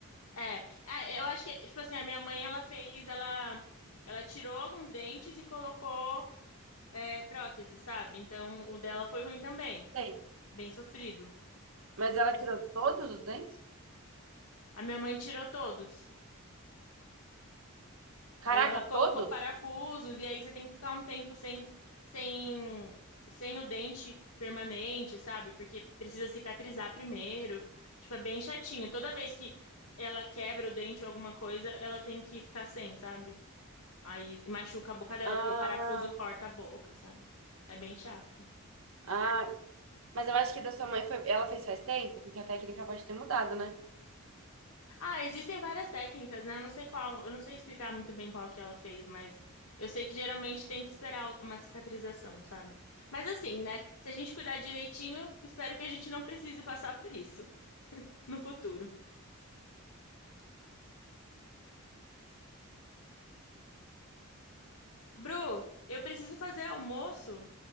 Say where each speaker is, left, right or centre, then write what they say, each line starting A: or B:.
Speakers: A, on the left; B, on the right.
A: É, é, eu acho que, tipo assim, a minha mãe, ela fez, ela, ela tirou alguns dentes e colocou, é, prótese, sabe? Então, o dela foi ruim também,
B: Tem.
A: bem sofrido.
B: Mas ela tirou todos os dentes?
A: A minha mãe tirou todos.
B: Caraca,
A: Aí ela colocou
B: todos?
A: parafusos, e aí você tem que ficar um tempo sem, sem, sem o dente permanente, sabe? Porque precisa cicatrizar primeiro. Tipo, é bem chatinho. Toda vez que ela quebra o dente ou alguma coisa, ela tem que ficar sem, sabe? Aí e machuca a boca dela,
B: Ah,
A: porque o parafuso corta a boca, sabe? É bem chato.
B: ah. Mas eu acho que da sua mãe foi. Ela fez faz tempo, porque a técnica pode ter mudado, né?
A: Ah, existem várias técnicas, né? Eu não sei qual, eu não sei explicar muito bem qual que ela fez, mas eu sei que geralmente tem que esperar uma cicatrização, sabe? Mas assim, né? Se a gente cuidar direitinho, espero que a gente não precise passar por isso no futuro. Bru, eu preciso fazer almoço.